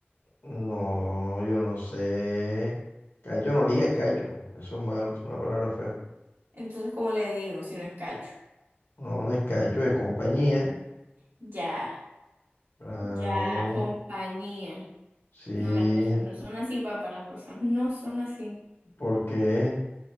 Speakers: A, on the left; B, on the right.
A: No, yo no sé. Cacho no liga, es cacho. Eso es malo, es una palabra fea.
B: Entonces, ¿cómo le digo, si no es cacho.
A: No, no es cacho, es compañía.
B: Ya,
A: Claro,
B: ya, compañía.
A: sí.
B: No, las cosas no son así, papá. Las cosas no son así.
A: ¿Por qué?